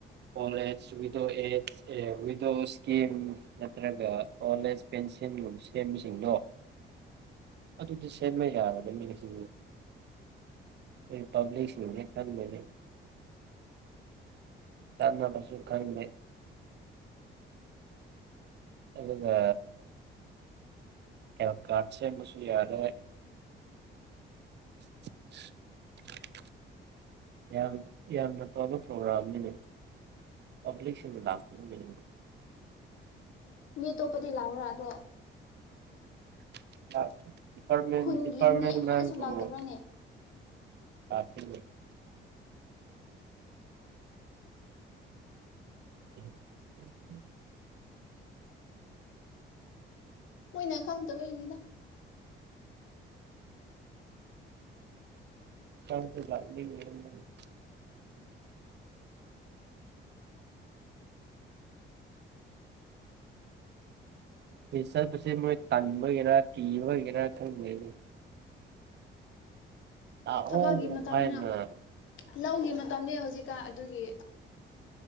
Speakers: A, on the right (about 60°); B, on the left (about 80°).
A: <unintelligible> <unintelligible> ꯑꯦꯋꯗꯣ ꯏꯁꯀꯤꯝ ꯅꯠꯇ꯭ꯔꯒ ꯑꯣꯜ ꯑꯦꯖ ꯄꯦꯟꯁꯤꯟꯒꯨꯝꯕ ꯁꯦꯝꯕꯁꯤꯡꯗꯣ ꯑꯗꯨꯗꯤ ꯁꯦꯝꯕ ꯌꯥꯔꯒ ꯃꯤꯁ ꯎꯝ ꯄꯕ꯭ꯂꯤꯛꯁꯤꯡꯅ <unintelligible> ꯀꯥꯟꯅꯕꯖꯨ ꯈꯪꯗꯦ ꯑꯗꯨꯒ ꯍꯦꯜ ꯀꯥꯔꯗ ꯁꯦꯝꯕꯁꯨ ꯌꯥꯔꯣꯏ <unintelligible> <inaudible> ꯌꯥꯝ ꯌꯥꯝꯅ ꯐꯕ ꯄ꯭ꯔꯣꯒ꯭ꯔꯥꯝꯅꯤꯅꯦ ꯄꯕ꯭ꯂꯤꯁꯤꯡꯅ ꯂꯥꯛꯇ <unintelligible>
B: ꯃꯤ ꯑꯇꯣꯞꯄꯗꯤ ꯂꯥꯛꯑꯣꯔꯥ ꯑꯗꯣ
A: <unintelligible>
B: ꯈꯨꯟꯒꯤ ꯃꯤ ꯑꯃꯁꯨ ꯂꯥꯛꯇꯕ꯭ꯔꯥꯅꯦ
A: ꯂꯥꯛꯇꯦꯅꯦ <inaudible>
B: ꯃꯣꯏꯅ ꯈꯪꯗꯕꯩꯅꯤꯗ
A: <unintelligible> ꯆꯠꯄꯁꯦ ꯃꯣꯏ‌ ꯇꯟꯕꯩꯔ ꯀꯤꯕꯩꯔ ꯈꯪꯗꯦꯅꯦ ꯂꯥꯛꯑꯣ
B: ꯊꯕꯛꯀꯤ ꯃꯇꯝꯅꯤꯅ
A: ꯍꯥꯏꯅ
B: ꯂꯧꯒꯤ ꯃꯇꯝꯅꯤ ꯍꯧꯖꯤꯛꯀꯥꯟ ꯑꯗꯨꯒꯤ